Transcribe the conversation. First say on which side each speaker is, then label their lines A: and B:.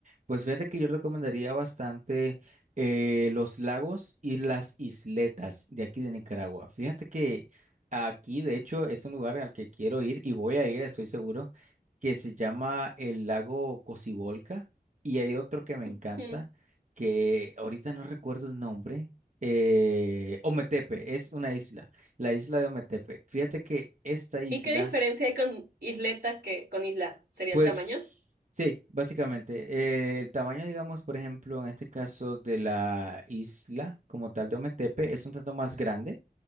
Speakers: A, on the right (about 50°); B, on the right (about 75°).
A: Pues fíjate que yo recomendaría bastante eh, los lagos y las isletas de aquí de Nicaragua. Fíjate que aquí, de hecho, es un lugar al que quiero ir y voy a ir, estoy seguro, que se llama el lago Cocibolca y hay otro que me encanta,
B: Ujú.
A: que ahorita no recuerdo el nombre, eh, Ometepe, es una isla. La isla de Ometepe. Fíjate que esta isla,
B: ¿Y qué diferencia hay con isleta que con isla? ¿Sería
A: pues
B: el tamaño?
A: sí, básicamente, eh, el tamaño, digamos, por ejemplo, en este caso de la isla como tal de Ometepe es un tanto más grande.